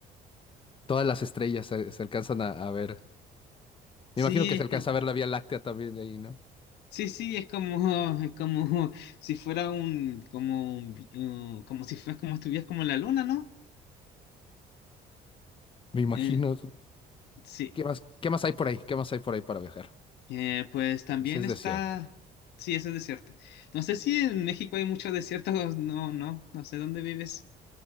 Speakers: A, on the left; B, on the left.
A: Todas las estrellas se, se alcanzan a, a ver. Me
B: Sí,
A: imagino que se alcanza
B: es co-
A: a ver la Vía Láctea también de ahí, ¿no?
B: sí, sí, es como, <laughs> es como si fuera un, como, un vi- uh, como si fuera como estuvieras como en la luna, ¿no?
A: Me imagino.
B: Eh, sí,
A: ¿Qué más, qué más hay por ahí? ¿Qué más hay por ahí para viajar?
B: Eh, pues también
A: Ese es
B: está,
A: desierto.
B: sí, ese desierto. No sé si en México hay muchos desiertos, no, no, no sé dónde vives.